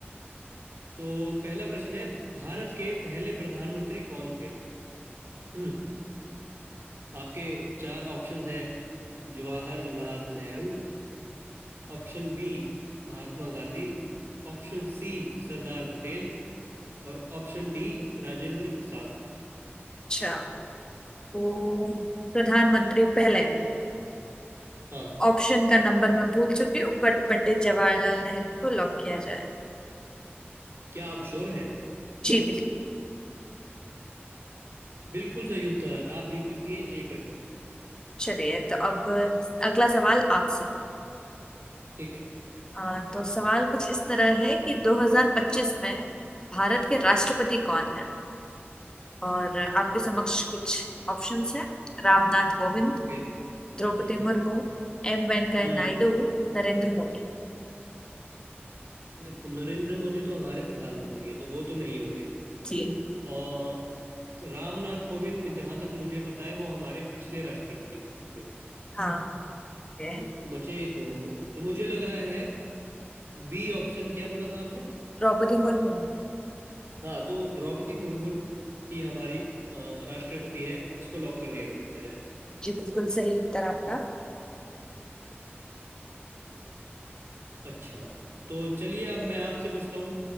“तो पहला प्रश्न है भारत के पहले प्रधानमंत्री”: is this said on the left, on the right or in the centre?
Right